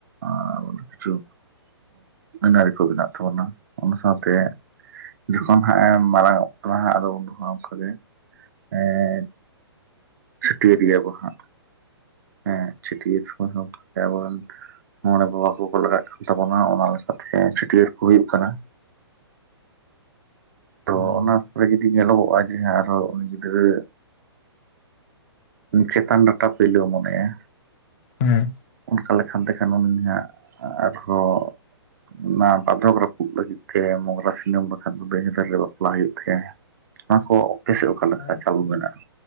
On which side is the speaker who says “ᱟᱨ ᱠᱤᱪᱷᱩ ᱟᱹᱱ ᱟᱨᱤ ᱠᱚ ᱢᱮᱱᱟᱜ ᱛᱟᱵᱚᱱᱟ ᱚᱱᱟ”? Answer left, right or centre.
Right